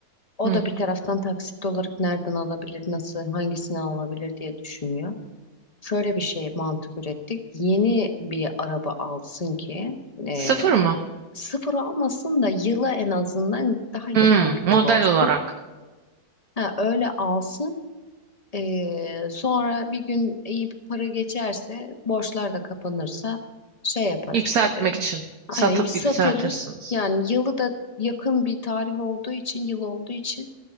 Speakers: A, on the left; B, on the right.
A: O
B: hı.
A: da bir taraftan taksit olarak nereden alabilir, nasıl, hangisini alabilir diye düşünüyor. Şöyle bir şey mantık ürettik. Yeni bir araba alsın ki e,
B: Sıfır mı?
A: sıfır almasın da yıla en azından daha
B: Hı,
A: yakın bir
B: model
A: yıl olsun.
B: olarak
A: Ha, öyle alsın. E, sonra bir gün iyi bir para geçerse, borçlar da kapanırsa şey yaparız
B: yükseltmek
A: dedi.
B: için
A: Aynen
B: satıp
A: satarız.
B: yükseltirsiniz.
A: Yani yılı da yakın bir tarih olduğu için, yıl olduğu için